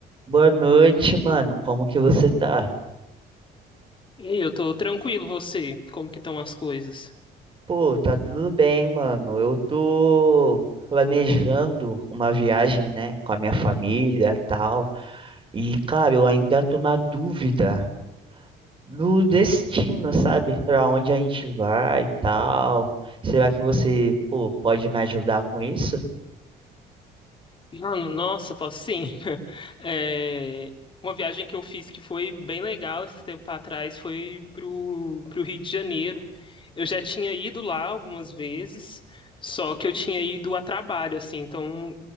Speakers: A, on the right (about 30°); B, on the left (about 30°).
A: Boa noite, mano. Como que você tá?
B: E aí, eu tô tranquilo, você? Como que estão as coisas?
A: Pô, tá tudo bem, mano. Eu tô planejando uma viagem, né, com a minha família, e tal. E, cara, eu ainda tô na dúvida do destino, sabe? Pra onde a gente vai e tal. Será que você, pô, pode me ajudar com isso?
B: Ah, Nossa, posso sim. <laughs> É, uma viagem que eu fiz que foi bem legal esse tempo atrás foi pro, pro Rio de Janeiro. Eu já tinha ido lá algumas vezes, só que eu tinha ido a trabalho, assim, então,